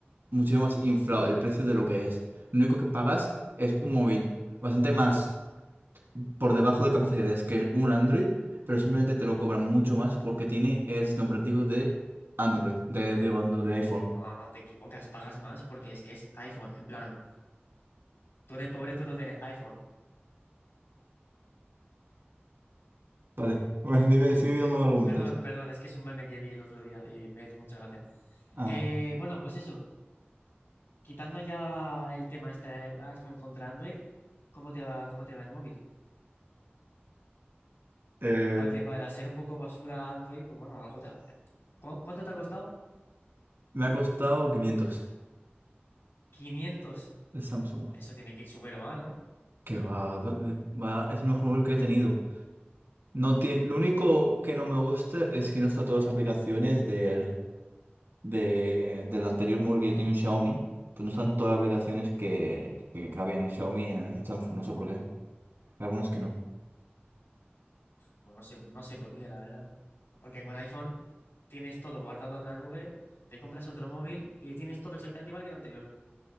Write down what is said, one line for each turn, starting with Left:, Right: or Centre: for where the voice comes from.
Right: muchísimo más inflado el precio de lo que es. Lo único que pagas es un móvil bastante más por debajo de capacidades que un Android, pero simplemente te lo cobran mucho más porque tiene el sistema operativo de Android, de, digo, Android, de iPhone.
Left: No, no te equivocas, pagas más porque es que es iPhone. En plan, tú eres pobre, tú no tienes iPhone.
Right: Vale, <laughs> bueno, dime, sigue dando argumentos.
Left: Perdón, perdón, es que es un meme que vi el otro día y me hizo mucha gracia.
Right: Ah,
Left: Eh,
Right: vale.
Left: bueno, pues eso, quitando ya el tema este de iPhone contra Android, ¿cómo te va, cómo te va el móvil?
Right: Eh,
Left: Aunque para ser un poco basura Android, pues bueno, algo te... ¿Cu- ¿Cuánto te ha costado?
Right: me ha costado 500
Left: 500.
Right: el Samsung.
Left: Eso tiene que ir súper mal, ¿no?
Right: Que va, va- es el mejor móvil que he tenido. No tiene, lo único que no me gusta es que no está todas las aplicaciones del de, del anterior móvil que yo tenía un Xiaomi, pues no están todas las aplicaciones que, que cabían en el Xiaomi y en el Samsung, no sé por qué. Algunas que no.
Left: Pues no sé, no sé por qué, la verdad. Porque con iPhone tienes todo guardado en la nube, te compras otro móvil y tienes todo exactamente igual que el anterior.